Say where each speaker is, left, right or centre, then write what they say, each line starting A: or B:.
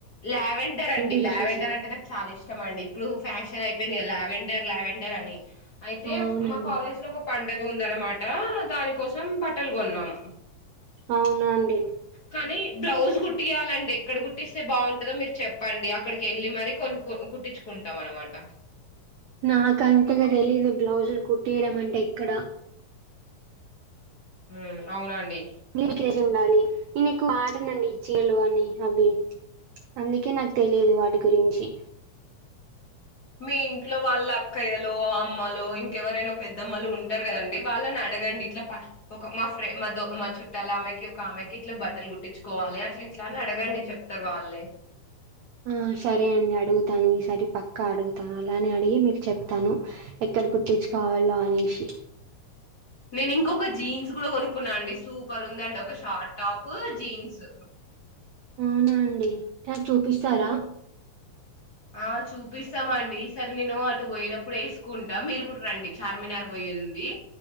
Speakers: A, on the left; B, on the right.
A: లావెండర్ అండి
B: ఏంటి
A: లావెండర్
B: విశేషం
A: అంటే నాకు చాలా ఇష్టం. అండి ఇప్పుడు. ఫ్యాషన్ అయిపోయింది క లావెండర్ లావెండర్ అని. అయితే
B: అవునండి
A: మ కాలేజ్ లొ ఒక పట్ అది ఉందనమాట దాని కోసం బట్టలు గోన్నాం.
B: అవునా అండి
A: కాని బ్లౌజ్ గుట్ కుట్టియాలండి. ఎక్కడ గుట్టిస్. స్తే బాగుంటందో మీరు చెప్పండి. అక్కడికి ఎళ్ళి మరీ కొనుకో కుట్టించుకుంటాం అనమాట.
B: నాకంతగా తెలీదు బ్లౌజులు కుట్టియడం అంటే ఎక్కడ.
A: ఉహ్మ్ అవునండి.
B: మీకేజ్ ఉండాలి ఇకు అడనండి.. చేర్లు అని అవి అందుకే నాకు తెలిదు వాటి గురించి.
A: మీ ఇంట్లో వాళ్ళ అక్కయ్యలు, అమ్మలు ఇంకెవరైనా పెద్దమ్మలు ఉంటారు కదండి. వాళ్ళని అడగండి ఇట్లా ఒక మా ఫ్రె మా దో మా చుట్టాల్ ఆమెకి ఒక ఆమెకి ఇట్లా బట్టలు గుట్టించుకోవాలి అట్లా ఇట్లా అని అడగండి చెప్తారు వాళ్లే.
B: అహ్ సరే అండి అడుగుతాను. ఈ సరి పక్కా అడుగుతాను అలానే అడిగి మీకు చెప్తాను ఎక్కడ కుట్టిచుకోవాలో అనేసి.
A: నేను ఇంకొక జీన్స్ కూడా కొనుక్కున్నా అండి సూపర్ ఉందండి. ఒక షార్ట్ టాపు జీన్స్.
B: అవునండీ నాక్ చూపిస్తారా.
A: అహ్ చూపిస్తామండి. ఈ సరి నేను అటు పోయినప్పుడు ఎసుకుంటా మీరు కూడా రండి చార్మినార్ పోయేది ఉంది.